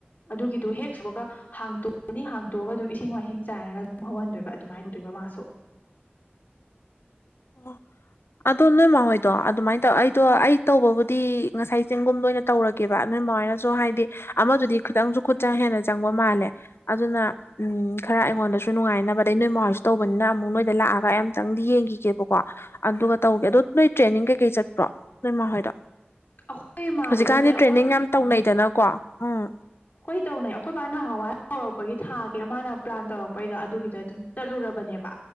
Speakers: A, on the left (about 45°); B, on the left (about 80°).
A: ꯑꯗꯨꯒꯤꯗꯨ ꯍꯦꯛ ꯁꯨꯕꯒ ꯍꯥꯡꯇꯣꯛꯑꯅꯤ ꯍꯥꯡꯇꯣꯛꯑꯒ ꯑꯗꯨꯝ ꯏꯁꯤꯡ ꯃꯥꯏꯁꯤꯡ ꯆꯥꯏꯔꯒ ꯑꯗꯨꯝ ꯍꯧꯍꯟꯗꯣꯏꯕ ꯑꯗꯨꯃꯥꯏꯟ ꯇꯧꯗꯣꯢꯕ ꯃꯥꯁꯨ꯫
B: ꯑꯣ ꯑꯗꯣ ꯅꯣꯏ ꯃꯥ ꯍꯣꯏꯗꯣ ꯑꯗꯨꯃꯥꯏꯅ ꯇꯧ ꯑꯩꯗꯣ ꯑꯩ ꯇꯧꯕꯕꯨꯗꯤ ꯉꯁꯥꯏ ꯆꯦꯡꯒꯨꯝꯗꯣ ꯑꯣꯏꯅ ꯇꯧꯔꯒꯦꯕ ꯅꯣꯢ ꯃꯥ ꯍꯣꯏꯅꯁꯨ ꯍꯥꯏꯗꯤ ꯑꯃꯗꯨꯗꯤ ꯈꯤꯇꯪꯁꯨ ꯈꯨꯠ ꯆꯥꯡ ꯍꯦꯟꯅ ꯆꯪꯕ ꯃꯥꯜꯂꯦ ꯑꯗꯨꯅ ꯎꯝ ꯈꯔ ꯑꯩꯉꯣꯟꯗꯁꯨ ꯅꯨꯡꯉꯥꯏꯅꯕ ꯑꯗꯩ ꯅꯣꯏ ꯃꯥꯥ ꯍꯣꯢꯁꯨ ꯇꯧꯕꯅꯤꯅ ꯑꯃꯨꯛ ꯅꯣꯏ ꯗ ꯂꯥꯛꯑꯒ ꯑꯩ ꯑꯝꯇꯪ ꯌꯦꯡꯈꯤꯒꯦꯕꯀꯣ ꯑꯗꯨꯒ ꯇꯧꯒꯦ ꯑꯗꯣ ꯅꯣꯏ ꯇ꯭ꯔꯦꯅꯤꯡ ꯀꯩꯀꯩ ꯆꯠꯄ꯭ꯔꯣ ꯅꯣꯏ ꯃꯥ ꯍꯣꯏꯗꯣ
A: ꯑꯩꯈꯣꯏ ꯃꯥꯗꯤ
B: ꯍꯧꯖꯤꯛꯀꯥꯟꯗꯤ
A: ꯅꯠꯇꯦ ꯑꯩꯈꯣꯏ
B: ꯇ꯭ꯔꯦꯅꯤꯡ ꯌꯥꯝ ꯇꯧꯅꯩꯗꯅꯀꯣ ꯎꯝ
A: ꯍꯣꯏ ꯇꯧꯅꯩ ꯑꯩꯈꯣꯏꯕ ꯕꯥ ꯅꯍꯥꯋꯥꯏ ꯍꯧꯔꯛꯄꯒꯤ ꯊꯥꯒꯦ ꯃꯥꯅ ꯄ꯭ꯂꯥꯟ ꯇꯧꯔꯛꯄꯩꯗ ꯑꯗꯨꯒꯤꯗ ꯑꯗꯨꯝ ꯆꯠꯂꯨꯔꯕꯅꯦꯕ